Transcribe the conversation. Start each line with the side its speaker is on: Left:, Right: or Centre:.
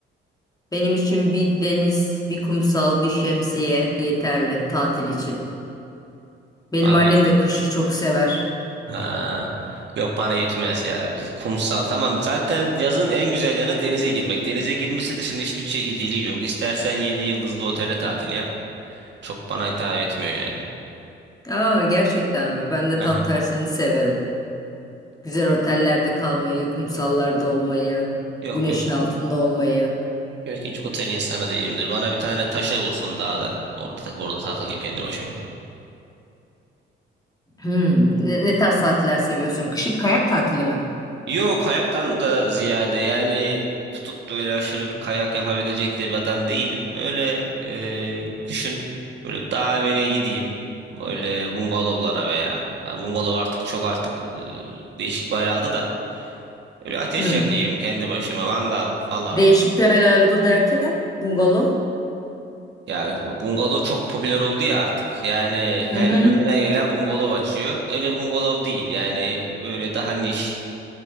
Left: Benim için bir deniz, bir kumsal, bir şemsiye yeterli tatil için. Benim
Right: Bana
Left: annem de kışı çok sever.
Right: Ha. Yok bana yetmez ya. Biz kumsal tamam. Zaten yazın en güzel yanı denize girmek. Denize girmesi dışında hiçbir çekiciliği yok. İstersen 7 yıldızlı otele tatil yap. Çok bana hitap etmiyor yani.
Left: Aa gerçekten mi? Ben de
Right: Aha.
Left: tam tersini severim. Güzel otellerde kalmayı, kumsallarda olmayı,
Right: Yok
Left: güneşin
Right: yok.
Left: altında olmayı.
Right: Yok hiç otel insanı değilimdir. Bana bir tane taş ev olsun dağda. Orada orada takılayım kendi başıma.
Left: Hmm, ne, ne tarz tatiller seviyorsun? Kışın kayak tatili mi?
Right: Yok kayaktan da ziyade yani tutup da öyle aşırı bir kayak yapabilecek de bir adam değilim. Öyle e, kışın böyle dağ evine gideyim. Böyle bungalovlara veya ha, bungalov artık çok artık e, değişik bir hal aldı da. Öyle ateş
Left: Hmm.
Right: yakayım kendi başıma mangal falan.
Left: Değişik bir alanda derken bungalov.
Right: Ya bungalov çok popüler oldu ya artık. Yani her
Left: Hı hı.
Right: önüne gelen bungalov açıyor. Öyle bungalov değil. Yani böyle daha niş.